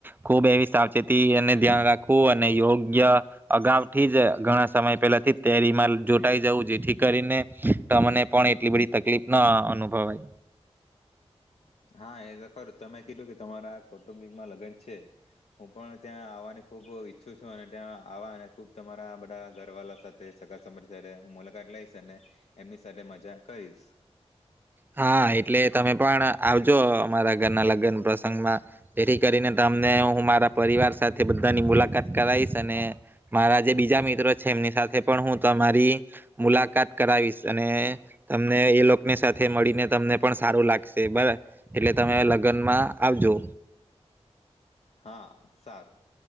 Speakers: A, on the right (about 20°); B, on the left (about 75°).
A: ખુબ એવી સાવચેતીને ધ્યાન રાખવું અને યોગ્ય, અગાઉ થી જ ઘણા સમય પેલા થી તેરીમાં જોટાઈ જવું જેથી કરીને તમને પણ એટલી બધી તકલીફ ના અનુભવાય.
B: હા એ તો ખંરુ તમે કીધું કે તમારા કૌટુંબિકમાં લગ્ન છે. હું પણ ત્યાં આવવાની ખુબ ઈચ્છું છું અને ત્યાં આવા અને ખુબ તમારા બધા ઘર વાલા સાથે સગાસંબંધી સાથે. હું મુલાકાત લઈશ. અને એમની. અને મજા કરીશ.
A: હા! એટલે તમે પણ આવજો અમારા ઘરના લગ્ન પ્રસંગમાં, જેથી કરીને તમને હું મારા પરિવાર સાથે બધાની મુલાકાત કરાવીશ. અને મારા જે બીજા મિત્રો છે, એમની સાથે પણ હું તમારી મુલાકાત કરાવીશ. અને તમને એ લોકોની સાથે. તે મળીને તમને પણ સારું લાગશે. બરા એટલે તમે લગ્નમાં આવજો.
B: હા સારું.